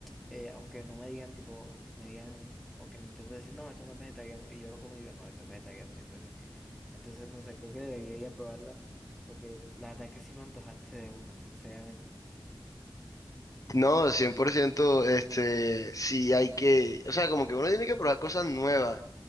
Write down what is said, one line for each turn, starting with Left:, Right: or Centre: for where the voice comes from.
Centre: Eh, aunque no me digan tipo, me digan o que me intenten decir, no, esto no es vegetariano y yo lo como y digo, no, esto es vegetariano 100%. Entonces, no sé, creo que debería ir a probarla porque la verdad es que sí me antojaste de una, sinceramente.
Left: No, 100% este, sí hay que, o sea, como que uno tiene que probar cosas nuevas.